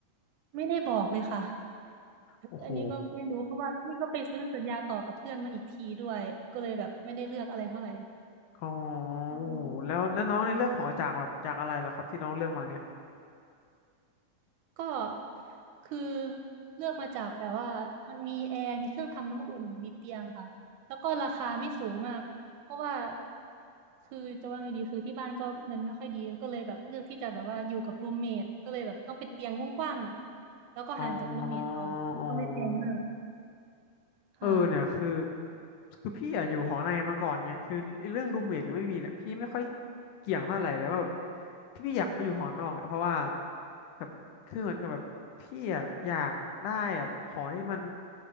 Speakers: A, on the right; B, on the left.
A: ไม่ได้บอกเลยค่ะ
B: โอ้โห
A: อันนี้ก็ไม่รู้เพราะว่านี่ก็ไปซื้อสัญญาต่อกับเพื่อนมาอีกทีด้วยก็เลยแบบไม่ได้เลือกอะไรเท่าไหร่
B: อ๋อ
A: อืม
B: โอ้แล้วแล้วน้องในเลือกหอจากแบบจากอะไรเหรอครับที่น้องเลือกมาเนี่ย
A: ก็คือเลือกมาจากแบบว่ามันมีแอร์มีเครื่องทำน้ำอุ่นมีเตียงค่ะแล้วก็ราคาไม่สูงมากเพราะว่าคือจะว่าไงดีคือที่บ้านก็เงินไม่ค่อยดีก็เลยแบบเลือกที่จะแบบว่าอยู่กับรูมเมทก็เลยแบบต้องเป็นเตียงกว้างๆหน่อยแล้วก็ห่างกับรูมเมทเอาแล้วก็ไม่แพงมาก
B: อ๋ออ๋อ
A: ค่ะ
B: เออเนี่ยคือคือพี่อะอยู่หอในมาก่อนไงคือเรื่องรูมเมทหรือไม่มีเนี่ยพี่ไม่ค่อยเกี่ยงเท่าไหร่แต่ว่าแบบที่พี่อยากไปอยู่หอนอกเนี่ยเพราะว่าแบบคือเหมือนกับแบบพี่อะอยากได้แบบหอที่มัน